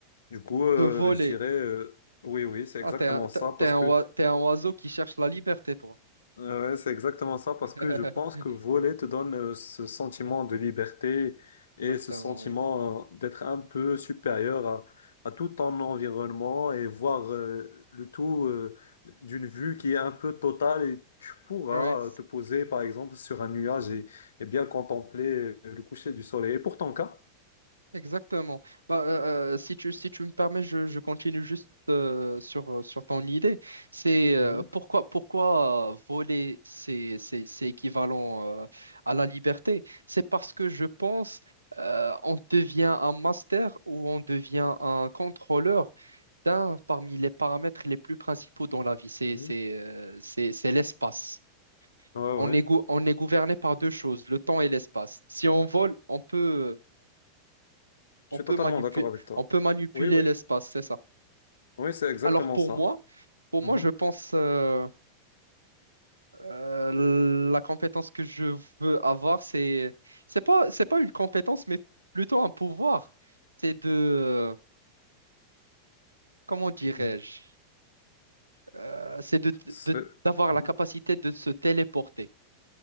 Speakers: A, on the left; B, on the right.
A: Du coup, euh,
B: De voler.
A: je dirais, euh, oui, oui, c'est
B: Ah,
A: exactement
B: t'es un, t'es-
A: ça, parce
B: t'es un
A: que
B: oi- t'es un oiseau qui cherche la liberté, toi.
A: euh, Ouais, c'est exactement ça,
B: <laughs>
A: parce que je pense que voler te donne euh, ce sentiment de liberté et
B: Exactement,
A: ce sentiment
B: oui.
A: euh, d'être un peu supérieur à, à tout ton environnement et voir euh, le tout euh, d'une vue qui est un peu totale et tu pourras
B: Oui.
A: euh, te poser par exemple sur un nuage et, et bien contempler euh, le coucher du soleil. Et pour ton cas?
B: Exactement. Bah, euh, euh, si tu, si tu me permets, je, je continue juste euh, sur, euh, sur ton idée. C'est euh,
A: Mhm,
B: pourquoi, pourquoi euh, voler, c'est, c'est, c'est équivalent euh, à la liberté. C'est parce que je pense euh, on devient un master ou on devient un contrôleur d'un parmi les paramètres les plus principaux dans la vie. C'est,
A: mhm.
B: c'est, euh, c'est, c'est l'espace.
A: Ouais,
B: On
A: ouais,
B: est, gou- on est gouverné par deux choses, le temps et l'espace. Si on vole, on peut...
A: je
B: On
A: suis
B: peut
A: totalement
B: manipuler,
A: d'accord avec toi.
B: on peut manipuler
A: Oui, oui,
B: l'espace, c'est ça.
A: oui, c'est exactement
B: Alors pour
A: ça.
B: moi, pour
A: Mhm,
B: moi, je pense euh, euh, la compétence que je veux avoir, c'est c'est pas c'est pas une compétence, mais plutôt un pouvoir. C'est de comment dirais-je,
A: mhm.
B: Euh, c'est de,
A: Ce
B: de-
A: serait-
B: d'avoir
A: Mhm.
B: la capacité de se téléporter.